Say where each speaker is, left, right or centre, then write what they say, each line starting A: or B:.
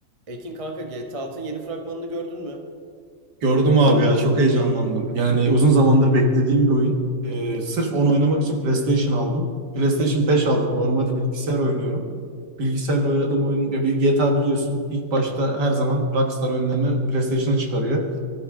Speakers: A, on the right; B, on the right.
A: Ekin kanka GTA Altın'ın yeni fragmanını gördün mü?
B: Gördüm abi ya çok heyecanlandım. Yani uzun zamandır beklediğim bir oyun. Ee, sırf onu oynamak için PlayStation aldım. PlayStation 5 aldım. Normalde bilgisayar oynuyorum. Bilgisayarla oynadığım oyun ya bir GTA biliyorsun. İlk başta her zaman Rockstar oyunlarını PlayStation'a çıkarıyor.